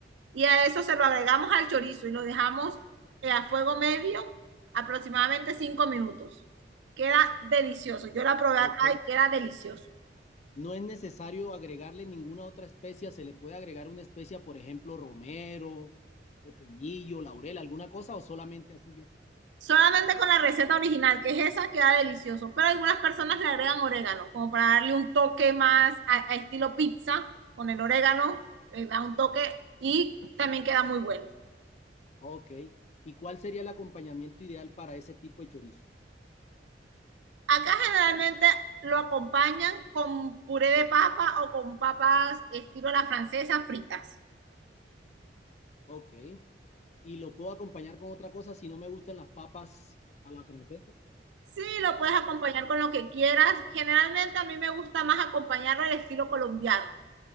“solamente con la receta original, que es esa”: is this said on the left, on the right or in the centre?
Right